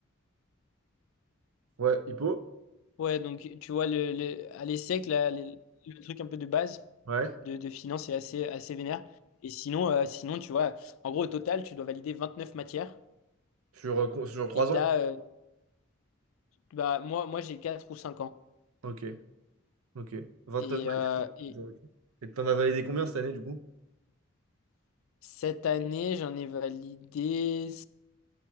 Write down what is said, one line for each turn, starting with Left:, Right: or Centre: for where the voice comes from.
Right: Ouais, Hippo?
Left: ouais, donc tu vois, le, le- à l'ESSEC, là, le, le truc un peu de base
Right: Ouais.
Left: de, de finance est assez, assez vénère. Et sinon, euh, sinon, tu vois, en gros, au total, tu dois valider 29 matières.
Right: Sur, euh, con- sur trois
Left: Et t'as,
Right: ans?
Left: euh, bah, moi, moi j'ai 4 ou cinq ans.
Right: Ok, ok. 29
Left: Et,
Right: max.
Left: euh, et
Right: ok. Et t'en as validé combien cette année, du coup?
Left: cette année, j'en ai validé